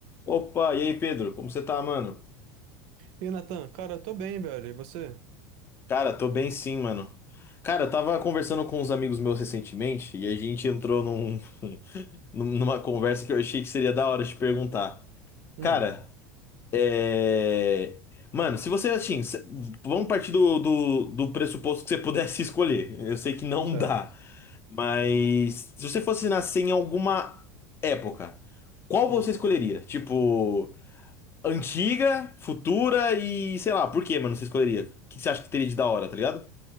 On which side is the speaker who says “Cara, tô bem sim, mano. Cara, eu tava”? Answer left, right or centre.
Left